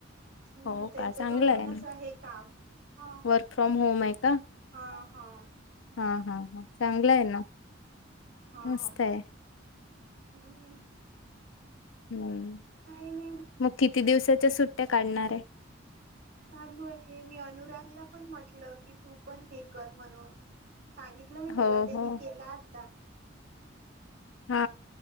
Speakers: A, on the right (about 55°); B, on the left (about 80°).
A: हम्म
B: हो
A: त्यांचं
B: का चांगलं
A: घरूनच
B: ना.
A: आहे काम हा
B: वर्क फ्रॉम होम आहे का?
A: हा हां
B: हा हा हा चांगलं आहे ना
A: हा
B: मस्त
A: हा
B: आहे
A: हम्म
B: हम्म
A: काही नाही
B: मग किती दिवसाच्या सुट्ट्या काढणार आहे
A: चालू आहे मी अनुरागला पण म्हटलं की तू पण हे कर म्हणून सांगितलं मी त्याला
B: हो
A: त्यांनी
B: हो
A: केला आता
B: हा